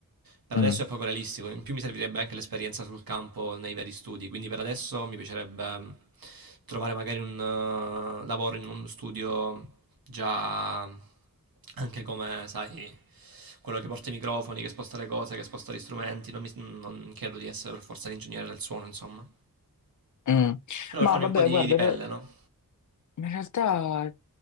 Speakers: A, on the right; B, on the left.
A: Per adesso
B: Mm.
A: è poco realistico, in più mi servirebbe anche l'esperienza sul campo nei veri studi, quindi per adesso mi piacerebbe mm, trovare magari un eh, lavoro in uno studio già anche come, sai, quello che porta i microfoni, che sposta le cose, che sposta gli strumenti, non, mi- non credo di essere per forza l'ingegnere del suono, insomma.
B: Mm.
A: Però
B: Ma
A: per farmi
B: vabbè,
A: un po' di,
B: guarda,
A: di pelle, no?
B: In realtà,